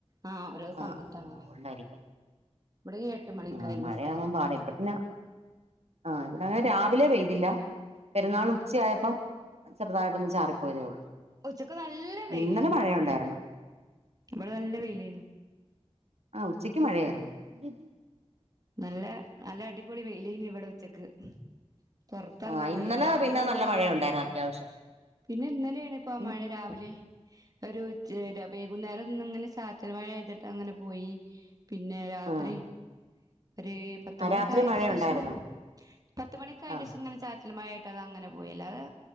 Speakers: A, on the right; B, on the right.
A: ആ ഓരോ സമയത്താണല്ലോ
B: ആഹ് ഉണ്ടായിരിക്കും
A: ഇവിടെ മണിക്കായി
B: ആഹ് മഴയാവാൻ
A: നിസ്കാരം
B: പാട ഇവിടെ പിന്നെ ആഹ് ഇവിടെങ്ങനെ രാവിലെ പെയ്തില്ല പെരുന്നാൾ ഉച്ചയപ്പം ചെറുതായിട്ടൊന്ന് ചാറിപ്പോയതേ ഉള്ളു
A: ഉച്ചക്ക് നല്ല വെയിലായിരുന്നു
B: ഇന്നലെ പഴയ
A: ഇവിടെ
B: ഉണ്ടായിന്ന
A: ഇവിടെ നല്ല വെയിലേന്നു
B: ആഹ് ഉച്ചയ്ക്ക് മഴയായിരുന്നു ബി
A: നല്ല നല്ല അടിപൊളി വെയിലെനി ഇവിടെ വച്ചക്ക് പുറത്ത്റങ്ങാൻ
B: ആഹ് ഇന്നലെ
A: കയ്യ രാവിലെ
B: പിന്നെ
A: നല്ല മഴ
B: മഴയുണ്ടായിരുന്നു അത്യാവശ്യം
A: പിന്നെ ഇന്നലെയാണ് ഇപ്പൊ ആ
B: ഉം
A: മഴ രാവിലെ ഒരു വൈകുന്നേരം ഒന്നും ഇങ്ങനെ ചാറ്റൽ മഴ ആഴ്തിട്ട് അങ്ങനെ പോയി പിന്നെ രാത്രി
B: ആഹ്
A: ഒരു പത്ത
B: ആഹ്
A: മണിക്കായതിനു
B: രാത്രി മഴയുണ്ടായിരുന്നോ
A: ശേഷം പത്ത മണിക്കായു
B: ആഹ്
A: ശേഷം ഇങ്ങനെ ചാറ്റലമായട്ട് അങ്ങനെ പോയില്ല അ